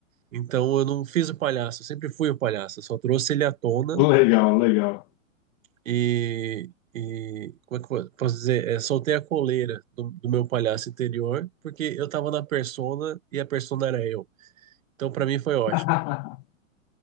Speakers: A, on the right; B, on the left.
A: Então eu não fiz o palhaço, eu sempre fui o palhaço, eu só trouxe ele à tona
B: legal, legal.
A: e, e como é que eu posso dizer? É, soltei a coleira do, do meu palhaço interior, porque eu tava na persona e a persona era eu. Então pra mim foi ótimo.
B: <laughs>